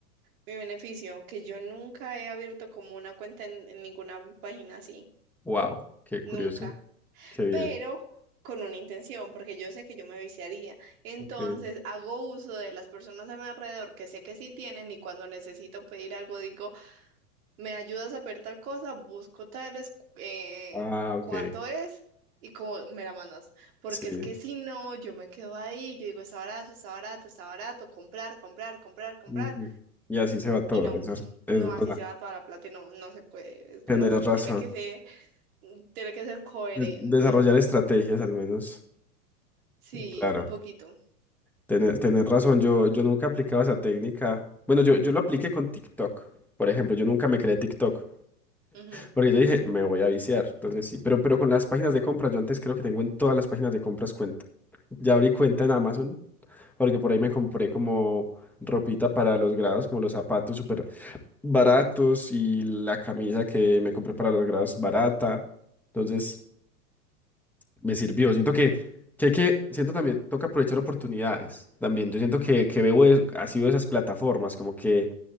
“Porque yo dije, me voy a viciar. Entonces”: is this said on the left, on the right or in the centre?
Centre